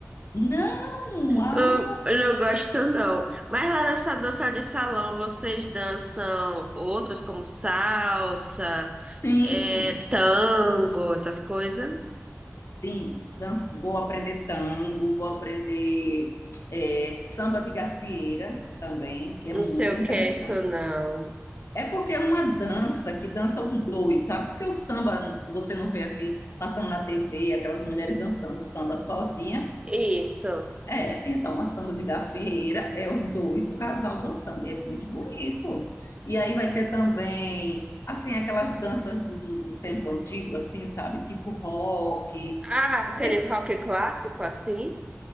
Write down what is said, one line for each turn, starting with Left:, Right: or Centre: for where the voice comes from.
Left: Não! Ah,
Right: eu eu não gosto não. Mas lá nessa dança de salão, vocês dançam outras como salsa,
Left: sim!
Right: é, tango, essas coisas?
Left: Sim, dança- vou aprender tango, vou aprender é, samba de gafieira também, que é
Right: Não
Left: muito
Right: sei o
Left: interessante.
Right: que é isso, não.
Left: É porque é uma dança que dança os dois, sabe? Porque o samba você não vê assim, passando na TV, aquelas mulheres dançando samba sozinha.
Right: Isso.
Left: É, então a samba de gafieira é os dois, o casal dançando, e é muito bonito. E aí vai ter também, assim, aquelas danças do, do tempo antigo, assim, sabe? Tipo rock.
Right: Ah, aqueles
Left: Vai ter
Right: rock clássico assim?